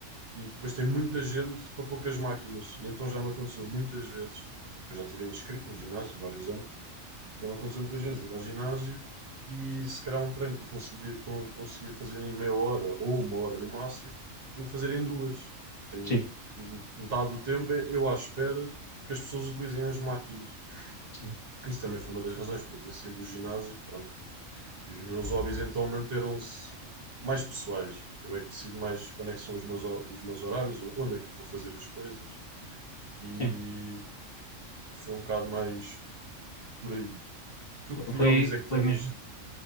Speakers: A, on the right (about 55°); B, on the left (about 45°).
A: E depois tem muita gente para poucas máquinas. E então já me aconteceu muitas vezes, que eu já tive inscrito no ginásio vários anos, Já me aconteceu muitas vezes ir ao ginásio e se calhar um treino que eu conseguia, que eu conseguia fazer em meia hora ou uma hora no máximo, tenho de fazer em duas. Porque, tenho-
B: Sim,
A: porque metade do tempo é eu à espera que as pessoas utilizem as máquinas.
B: sim,
A: Isso também foi uma das razões para eu ter saído do ginásio, pronto, e, e os meus hobbies então manteram-se mais pessoais. Eu é que decido mais quando é que são os meus, ho- os meus horários, onde é que eu vou fazer as coisas, e
B: sim.
A: foi um bocado mais por aí. Tu que
B: Foi,
A: hobbies é que tens
B: foi mesmo.